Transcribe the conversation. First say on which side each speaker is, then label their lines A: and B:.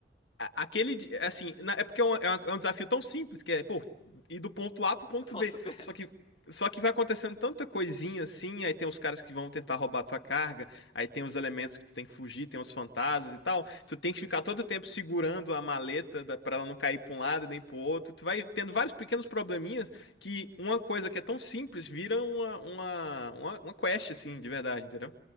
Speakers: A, on the left; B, on the left.
A: a- Aquele, di- assim, na- é porque é, uma- é uma- é um desafio tão simples que é, pô, ir do ponto A pro ponto
B: <laughs> Ponto
A: B.
B: B.
A: Só que, só que vai acontecendo tanta coisinha assim, aí tem os caras que vão tentar roubar a tua carga, aí tem os elementos que tu tem que fugir, tem os fantasmas e tal. Tu tem que ficar todo tempo segurando a maleta da, pra ela não cair pra um lado nem pro outro. Tu vai tendo vários pequenos probleminhas que uma coisa que é tão simples vira uma, uma, uma, uma quest, assim, de verdade, entendeu?